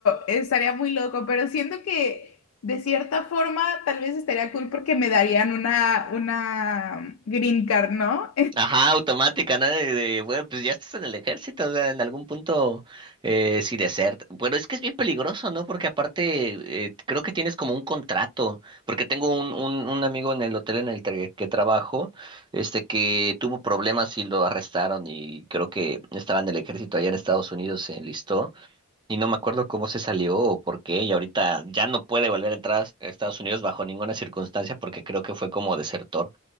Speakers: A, on the left; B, on the right.
A: estaría muy loco, pero siento que de cierta forma tal vez estaría cool porque me darían una, una green card, ¿no?
B: Ajá, automática, ¿no? De, de, bueno, pues ya estás en el ejército, o sea, en algún punto, eh, si desert. Bueno, es que es bien peligroso, ¿no? Porque aparte, eh, creo que tienes como un contrato, porque tengo un, un, un amigo en el hotel en el tra- que trabajo, este, que tuvo problemas y lo arrestaron y creo que estaba en el ejército allá en Estados Unidos, se enlistó y no me acuerdo cómo se salió o por qué y ahorita ya no puede volver a entrar a Estados Unidos bajo ninguna circunstancia porque creo que fue como desertor.